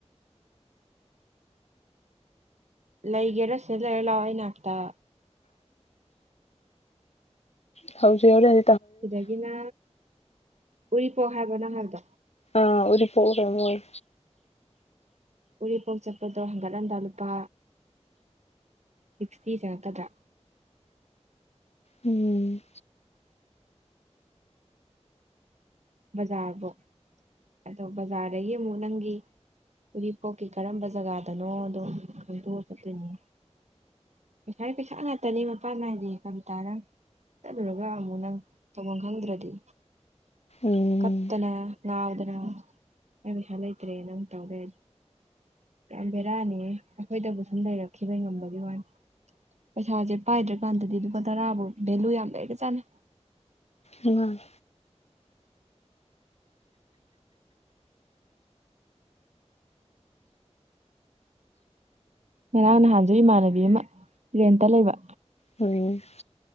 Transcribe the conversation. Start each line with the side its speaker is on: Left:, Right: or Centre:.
Right: ꯂꯩꯩꯒꯦꯔꯁꯂ ꯑꯦꯂꯋꯥꯏꯅꯅꯥꯥꯛꯇ
Left: ꯍꯧꯖꯤꯛ ꯍꯣꯔꯦꯟ
Right: ꯑꯗꯨꯗꯒꯤꯅ ꯎꯔꯤꯄꯣꯛ ꯍꯥꯏꯕꯅꯣ ꯍꯥꯏꯕꯗꯣ
Left: ꯑꯥ ꯄꯔ
Right: ꯎꯔꯤꯄꯣꯛ ꯆꯠꯄꯗꯣ ꯍꯪꯒꯠꯂꯝꯟꯗꯥ ꯂꯨꯄꯥ ꯁꯤꯛꯁꯇꯤ ꯆꯔꯛꯀꯗ꯭ꯔꯥ
Left: ꯎꯝ
Right: ꯕꯖꯥꯔꯕꯨꯣ ꯑꯗꯣ ꯕꯖꯥꯔꯗꯒꯤ ꯑꯃꯨꯛ ꯅꯪꯒꯤ ꯎꯔꯤꯄꯣꯛꯀꯤ ꯀꯔꯝꯕ ꯖꯒꯥꯗꯅꯣ ꯑꯗꯣ ꯈꯪꯗꯣꯛꯑ ꯆꯠꯇꯣꯏꯅꯤ ꯄꯩꯁꯥ ꯄꯩꯁꯥ ꯉꯥꯛꯇꯅꯤ ꯃꯄꯥꯟ ꯅꯥꯏꯗꯦ ꯀ ꯇꯔ ꯆꯠꯂꯨꯔꯒ ꯑꯃꯨꯛ ꯅꯪ ꯇꯧꯐꯝ ꯈꯪꯗ꯭ꯔꯗꯤ
Left: ꯎꯝ
Right: ꯀꯞꯇꯅ ꯉꯥꯎꯗꯅ ꯑꯩꯁꯥ ꯂꯩꯇ꯭ꯔꯦ ꯅꯪ ꯇꯧꯔꯦ ꯌꯥꯝ ꯕꯦꯔꯥꯅꯦ ꯑꯩꯈꯣꯏꯗꯕꯨ ꯁꯨꯝ ꯂꯩꯔꯛꯈꯤꯕ ꯉꯝꯕꯒꯤ ꯋꯥ ꯄꯩꯁꯥꯁꯦ ꯄꯥꯏꯗ꯭ꯔꯀꯥꯟꯗꯗꯤ ꯂꯨꯄꯥ ꯇꯔꯥꯕꯨꯥꯎ ꯚꯦꯂꯨ ꯌꯥꯝ ꯂꯩꯔꯒ ꯆꯥꯅꯩ
Left: ꯑ
Right: ꯉꯔꯥꯡ ꯅꯍꯥꯟꯁꯨ ꯏꯃꯥꯟꯅꯕꯤ ꯑꯃ ꯇꯔꯦꯟꯇ ꯂꯩꯕ
Left: ꯎꯝ